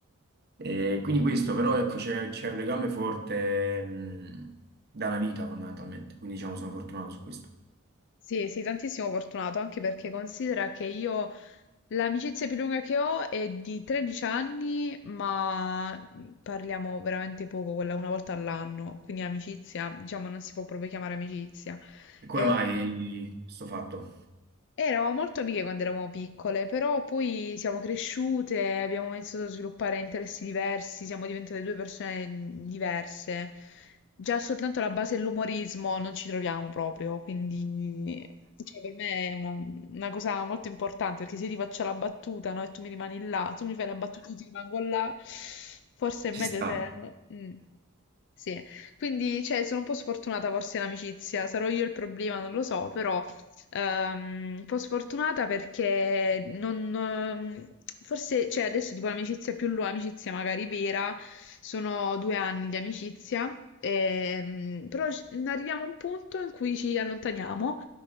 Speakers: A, on the right (about 45°); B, on the left (about 55°).
A: E quindi questo, però, ecco, c'è c'è un legame forte, mh, dalla vita, fondamentalmente. Quindi, diciamo, sono fortunato su questo.
B: Sì, sì, tantissimo fortunato, anche perché considera che io l'amicizia più lunga che ho è di 13 anni, ma parliamo veramente poco, quella una volta all'anno, quindi amicizia, diciamo, non si può proprio chiamare amicizia.
A: E come
B: E-
A: mai sto fatto?
B: Eravamo molto amiche quando eravamo piccole, però poi siamo cresciute, abbiamo iniziato a sviluppare interessi diversi, siamo diventate due persone mhmm, diverse. Già soltanto la base dell'umorismo non ci troviamo proprio, quindi cioè, per me è una, una cosa molto importante, perché se io ti faccio la battuta, no, e tu mi rimani là, tu mi fai la battuta, io ti rimango là, forse è meglio
A: Ci sta.
B: se... mm. Sì, quindi cioè, sono un po' sfortunata forse in amicizia, sarò io il problema, non lo so, però Ehm, un po' sfortunata perché non, ehm, forse, cioè adesso tipo l'amicizia più lunga, amicizia magari vera, sono due anni di amicizia, ehm, però ci- arriviamo a un punto in cui ci allontaniamo,